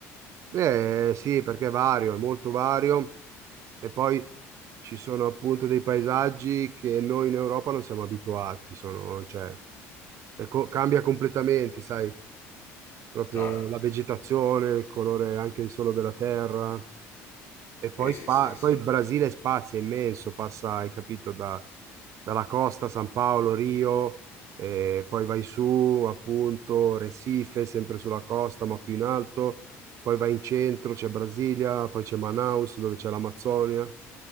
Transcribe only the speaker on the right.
Eh sì, perché è vario, è molto vario. E poi ci sono appunto dei paesaggi che noi in Europa non siamo abituati, sono, cioè, è co- cambia completamente, sai? proprio
la vegetazione, il colore anche solo della terra. E
poi,
spa-
poi il Brasile è spazio, è immenso, passa, hai capito, da- dalla costa, San Paolo, Rio, e poi vai su, appunto, Recife, sempre sulla costa, ma più in alto, poi vai in centro, c'è Brasilia, poi c'è Manaus, dove c'è l'Amazzonia,